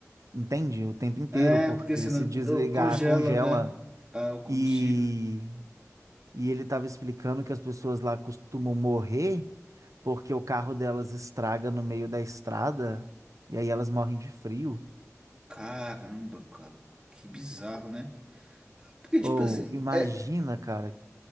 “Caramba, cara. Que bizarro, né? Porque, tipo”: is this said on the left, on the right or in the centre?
Right